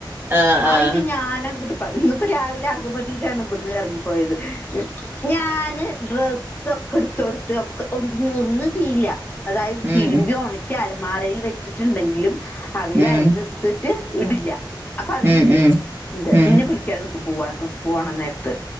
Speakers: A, on the right; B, on the left.
A: ആഹ് ആഹ്
B: അയില് ഞാൻ അങ്ങട്ട് പ്പ ഇന്നിപ്പ രാവിലെ അം ഇജ്ജാണ് ഇവിടുന്ന് എറങ്ങിപ്പോയത് ഞാന് ഡ്രസ്സൊ ക്കെ എടുത്ത് കൊടുത്ത് ഒക്കെ ഒ ഒന്നും ചെയ്യില്ല അതായിത്
A: ഉം
B: തിരുമ്പി ഒണ ക്കി അലമാരയിൽ വെച്ചിട്ടുണ്ടെങ്കിലും അവര്
A: ഉം
B: അയ്ന്ന് എടുത്തിട്ട് ഇടില്ല അപ്പൊ അവരില്ലേ
A: ഉം ഉം
B: എന്ത്
A: ഉം
B: എന്നെ വിളിക്കാൻ നിക്കും പൂവാനും പോവോണം നേരത്ത്